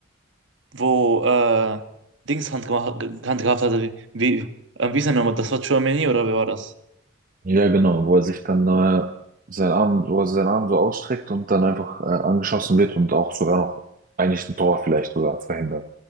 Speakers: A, on the right; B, on the right.
A: wo äh, Dings Hand, gemacht, Hand gehabt hatte, wie, wie, ähm, wie ist der nochmal? Das war Tchouaméni oder wer war das?
B: Ja, genau, wo er sich dann äh, seinen Arm, wo er seinen Arm so ausstreckt und dann einfach äh, angeschossen wird und auch sogar noch eigentlich ein Tor vielleicht sogar verhindert.